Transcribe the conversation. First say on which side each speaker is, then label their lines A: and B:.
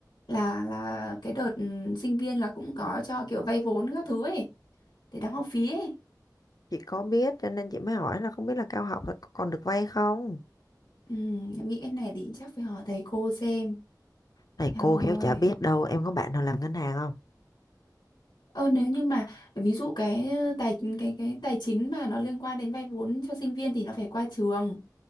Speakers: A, on the left; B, on the left.
A: là là cái đợt ừ, sinh viên là cũng có cho kiểu vay vốn các thứ ấy để đóng học phí ấy
B: Chị có biết cho nên chị mới hỏi là không biết là cao học là có còn được vay không?
A: ừ, em nghĩ cái này thì chắc phải hỏi thầy cô xem
B: Này
A: trời
B: cô
A: ơi
B: khéo chả biết đâu, em có bạn nào làm ngân hàng không?
A: ơ nếu như mà ví dụ cái ờ, tài cái cái tài chính mà nó liên quan đến vay vốn cho sinh viên thì nó phải qua trường